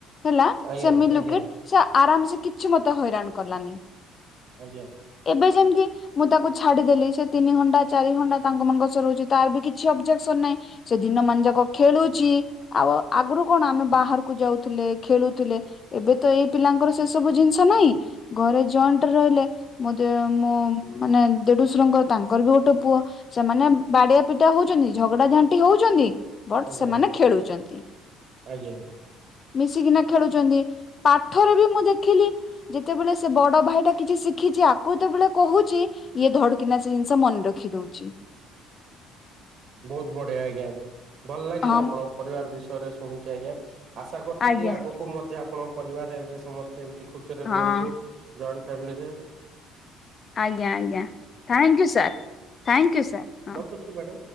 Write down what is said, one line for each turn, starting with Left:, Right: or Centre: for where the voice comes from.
Left: ହେଲା,
Right: ଆଜ୍ଞା
Left: ସେ ମୀ
Right: ଆଜ୍ଞା
Left: ଲୁକେଟ ଆରାମ୍ସେ କିଛି ମତେ ହଇରାଣ କଲାନି।
Right: ଆଜ୍ଞା।
Left: ଏବେ ଯେମିତି ମୁଁ ତାକୁ ଛାଡିଦେଲି ସେ ତିନି ଘଣ୍ଟା ଚାରି ଘଣ୍ଟା ତାଙ୍କ ମାନଙ୍କ ସହ ରହୁଛି ତାର ବି କିଛି ଅବଜେକସନ ନାହିଁ ବ ସେ ଦିନମାନ ଯାକ ଖେଳୁଚି। ଆଉ ଆଗୁରୁ କଣ ଆମେ ବାହାରକୁ ଯାଉଥିଲେ ଖେଳୁଥିଲେ ଏବେ ତ ଏଇ ପିଲାଙ୍କର ସେ ସବୁ ଜିନିଷ ନାହିଁ, ଘରେ ଜଏଣ୍ଟରେ ରହିଲେ ମୋ ଦେ ମୋ ମାନେ ଦେଢୁଶରଙ୍କର ତାଙ୍କର ବି ଗୋଟେ ପୁଅ ସେମାନେ ବାଡିଆ ପିଟା ହଉଚନ୍ତି ଝଗଡା ଝାଣ୍ଟି ହଉଛନ୍ତି। ବଟ୍
Right: ଆଜ୍ଞା।
Left: ସେମାନେ
Right: ଆଜ୍ଞା
Left: ଖେଳୁଚନ୍ତି।
Right: ଆଜ୍ଞା ହଁ।
Left: ମିଶିକିନା ଖେଳୁଛନ୍ତି ପାଠରେ ବି ମୁଁ ଦେଖିଲି ଯେତେବେଳେ ସେ ବଡ ଭାଇଟା କିଛି ଶିଖିଛି ଆକୁ ଯେତେବେଳେ କହୁଛି ଇଏ ଧଡକିନା ସେ ଜିନିଷ ମନେ ରଖି ଦଉଛି।
Right: ବହୁତ୍ ବଢିଆ ଆଜ୍ଞା, ଭଲ ଲାଗିଲା
Left: ହଁ
Right: ଆପଣଙ୍କ ପରିବାର ବିଷୟରେ ଶୁଣିକି ଆଜ୍ଞା। ଆଶା କରୁଛି
Left: ଆଜ୍ଞା
Right: କି ଆଗକୁ ମଧ୍ୟ ଆପଣ ପରିବାରରେ ଏବେ ସମସ୍ତେ ଏମତି ଖୁସିରେ
Left: ହଁ
Right: ରୁହନ୍ତୁ ଜଏଣ୍ଟ ଫ୍ୟାମିଲି ରେ
Left: ଆଜ୍ଞା-ଆଜ୍ଞା thank you sir thank you sir ହଁ
Right: ରଖୁଛି ମ୍ୟାଡାମ।